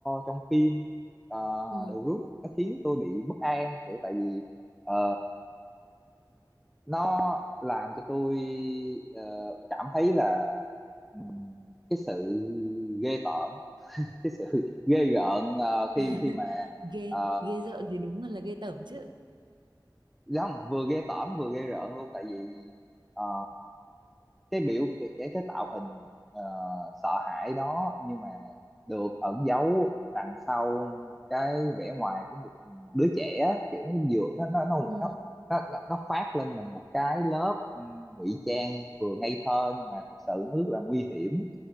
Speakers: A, in the centre; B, on the right.
A: trong phim ờ,
B: Ừ.
A: đều rút nó khiến tôi bị bất an kiểu tại vì ờ, nó làm cho tôi ờ, cảm thấy là ừm, cái sự ghê tởm cái sự <laughs> ghê rợn ờ, khi
B: <laughs>
A: khi mà
B: Ghê,
A: ờ,
B: ghê rợn thì đúng là ghê tởm chứ.
A: không vừa ghê tởm vừa ghê rợn luôn tại vì ờ, cái biểu cái cái, cái tạo hình ờ, sợ hãi đó nhưng mà được ẩn giấu đằng sau cái vẻ ngoài của một đứa trẻ á, kiểu nó vừa nó nó nó
B: Ừ.
A: nó nó, nó nó khoác lên mình một cái lớp ừm, ngụy trang vừa ngây thơ nhưng mà thực sự nó rất là nguy hiểm